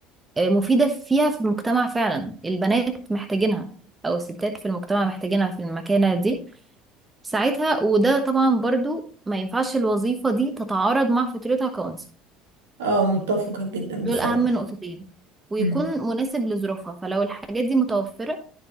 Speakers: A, on the right; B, on the right.
A: آه، مفيده فيها في المجتمع فعلا البنات محتاجينها او الستات في المجتمع محتاجينها في المكانه دي ساعتها وده طبعا برضو ما ينفعش الوظيفة دي تتعارض مع فكرتها كونسل
B: اه متفقة جدا
A: دول
B: بصراحة
A: أهم نقطتين ويكون
B: مم.
A: مناسب لظروفها فلو الحاجات دي متوفرة